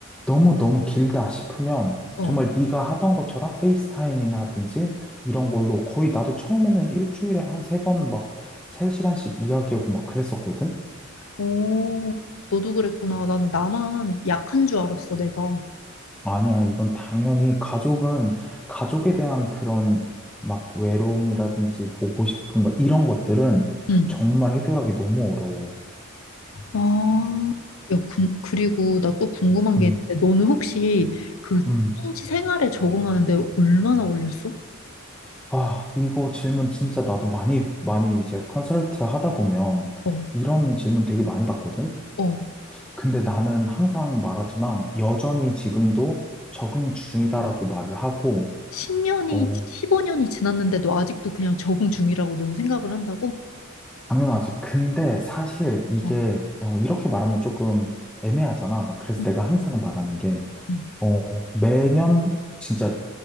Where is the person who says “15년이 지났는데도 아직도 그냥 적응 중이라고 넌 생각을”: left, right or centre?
Left